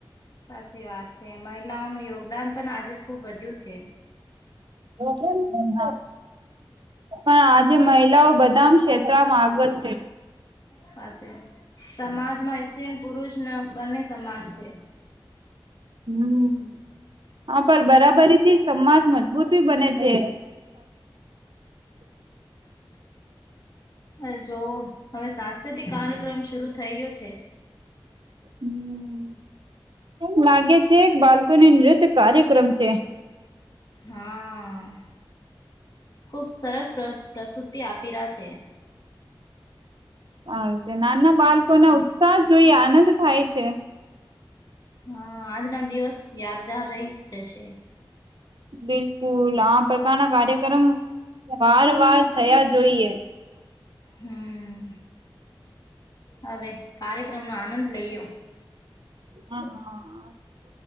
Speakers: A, on the left; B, on the right.
A: સાચી વાત છે મહિલાઓનું યોગદાન પણ આજે ખુબ વધ્યું છે
B: પણ આજે મહિલાઓ બધા આગળ છે
A: સાચે સમાજમાં, સ્ત્રી પુરુષ બંને સમાન છે.
B: હમ, હા પણ બરાબરીથી સમાજ મજબૂત બને છે.
A: હ, જોવ હવે સાંસ્કૃતિક કાર્યક્રમ શરુ થઈ રહ્યો છે.
B: હમ એમ લાગે છે, બાળકોને નૃત્ય કાર્યક્રમ છે.
A: હા ખૂબ સરસ પ્રસ્તુતિ આપી્યા છે.
B: સારું છે, નાના બાળકોને ઉત્સાહ જોઈ આનંદ થાય છે.
A: હા, આજનો દિવસ યાદગાર રહી જશે
B: બિલકુલ, આ પ્રકારના કાર્યક્રમ વાર વાર થયા, જોઈએ
A: હમ હવે, કાર્યક્રમ નો આનંદ લઈયો
B: હા